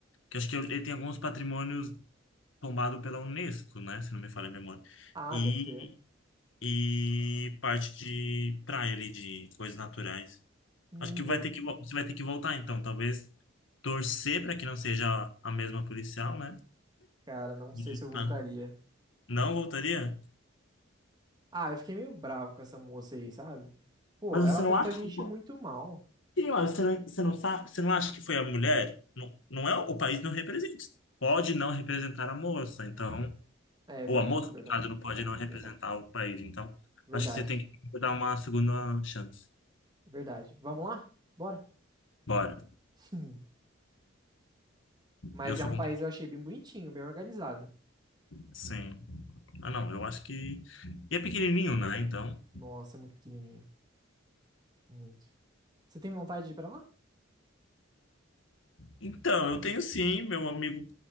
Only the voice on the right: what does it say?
Ah,
deve ter.
Não
deu,
cara, não sei
se eu voltaria.
Ah, eu fiquei meio bravo com essa moça aí, sabe? Pô,
ela
tratou
a gente
muito mal.
É é
verdade,
verdade,
verdade,
verdade.
Verdade,
verdade. Vamos lá? Bora.
<laughs> Mas
é um
país eu achei bem bonitinho, bem organizado.
Nossa, muito pequenininho. Muito. Você tem vontade de ir pra lá?